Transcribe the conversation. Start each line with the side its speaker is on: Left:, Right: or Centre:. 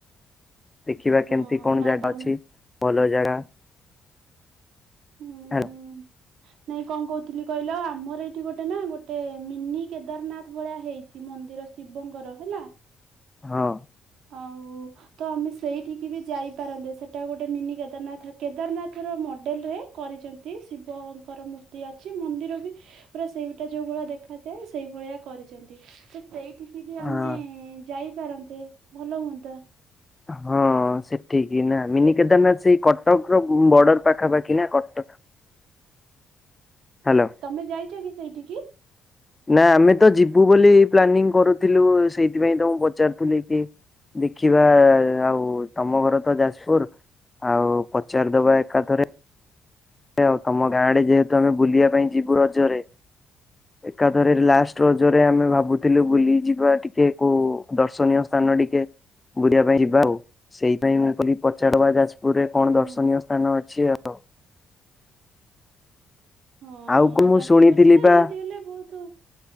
Left: ଦେଖିବା କେମିତି
Right: ହଁ
Left: କଣ
Right: ନା
Left: ଜାଗା
Right: ତମେ
Left: ଅଛି ଭଲ ଜାଗା।
Right: ହୁଁ।
Left: ହେଲା
Right: ନାଇଁ କଣ କହୁଥିଲି କହିଲ ଆମର ଏଇଠି ଗୋଟେ ନା ଗୋଟେ ମିନି କେଦାରନାଥ ଭଳିଆ ହେଇଚି। ଏଇ ମନ୍ଦିର ଶିବଙ୍କର ହେଲା।
Left: ହଁ।
Right: ଆଉ। ତ ଆମେ ସେଇଠିକି ବି ଯାଇପାରନ୍ତେ ସେଟା ଗୋଟେ ମିନି କେଦାରନାଥ କେଦାରନାଥର ମଡେଲରେ କରିଚନ୍ତି। ଠି ଶିବଙ୍କର ମୂର୍ତ୍ତି ଅଛି ମନ୍ଦିର ହି ପୁରା ସେଇଟା ଯୋଉ ଭଳିଆ ଦେଖାଯାଏ ସେଇ ଭଳିଆ କରିଛନ୍ତି। ସେ ସେଇଠିିକି ଯେ
Left: ହଁ
Right: ଆମେ ଯାଇପାରନ୍ତେ ଭଲ ହୁଅନ୍ତା।
Left: ହଁ। ହଁ ସେଠିକି ନା ମିନିକେଦାରନାଥ ସେଇ କଟକ ର ବର୍ଡର ପାଖାପାଖି ନା କଟକ? ହାଲୋ।
Right: ତମେ ଯାଇଚ କି ସେଇଠି କି?
Left: ନା ଆମେ ତ ଯିବୁ ବୋଲି ପ୍ଲାନିଂ କରୁଥିଲୁ ସେଇଥିପାଇଁ ତ ମୁଁ ପଚାରୁଥିଲି କି? ଦେଖିବା ଆ ଆଉ ତମ ଘର ତ ଯାଜପୁର। ଆଉ ପଚାରିଦବା ଏକାଥରେ। ଆଉ ତମ ଗାଁ ଆଡ଼େ ଯେହେତୁ ଆମେ ବୁଲିବା ପାଇଁ ଯିବୁ ରଜରେ। ଏକାଥରେ ଲାଷ୍ଟ୍ ରଜରେ ଆମେ ଭାବୁଥିଲୁ ବୁଲିଯିବା ଟିକେ କୋଉ ଦର୍ଶନୀୟ ସ୍ଥାନ ଟିକେ। ବୁଲିବା ପାଇଁ ଯିବା ଆଉ ସେଇଥିପାଇଁ ମୁଁ କହିଲି ପଚାରିଦବା ଯାଜପୁରୁରେ କଣ
Right: ହଁ।
Left: ଦର୍ଶନୀୟ ସ୍ଥାନ ଅଛି ଆଉ।
Right: ହଁ
Left: ଆଉ କଁ ମୁଁ
Right: ଯାଜପୁରରେ
Left: ଶୁଣିଥିଲି
Right: ତ
Left: ବା
Right: ଏମିତି ହେଲେ ବହୁତ